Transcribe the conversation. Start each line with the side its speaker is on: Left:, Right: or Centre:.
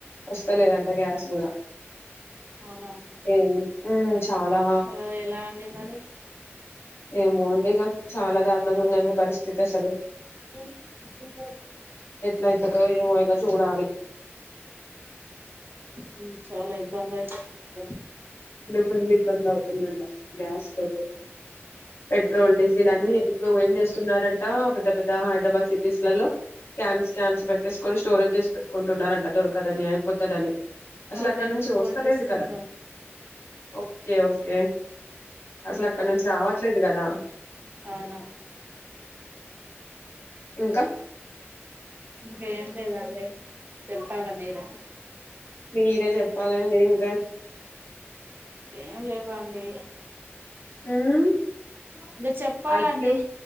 Left: వస్తలేదంట గ్యాస్ కూడా
Right: అవునా
Left: ఏం ఉమ్ చాలా
Right: ఆ ఎలా అండి మరి
Left: ఏమోండి ఇగ చాలా దారుణంగా ఉందండి పరిస్థితి అసలు
Right: మ్మ్ <unintelligible>
Left: ఎట్లయితదో ఏమో ఇగ చూడాలి
Right: మ్మ్ చాలా ఇబ్బంది అయ్యి <unintelligible>
Left: కొంచెం ఇబ్బంది అవుతుందండి గ్యాస్ <unintelligible> పెట్రోల్ డీజిల్ అన్ని ఇప్పుడు ఏం చేస్తున్నారంటా పెద్ద పెద్ద హైదరాబాద్ సి టిస్ లల్లో క్యాన్స్ క్యాన్స్ పెట్టేసుకుని స్టోరేజ్ చేస్ పెట్టుకుంటున్నారంట దకు కదని అయిపోతదని అసలు
Right: మా
Left: అక్కడ
Right: ఫ్రెండ్
Left: నుంచి
Right: ఫోన్
Left: వస్తలేదు
Right: చేస్తుంది
Left: కదా ఓకే ఓకే అసలు అక్కడ నుంచి రావట్లేదు కదా
Right: అవునా
Left: ఇంకా
Right: ఇంకేం లేదండి చెప్పాలా మీర
Left: మీరే చెప్పాలండి ఇంకా
Right: ఏం లేవండి
Left: మ్మ్
Right: ఇంకా చెప్పాలండి
Left: ఐస్ క్రీమ్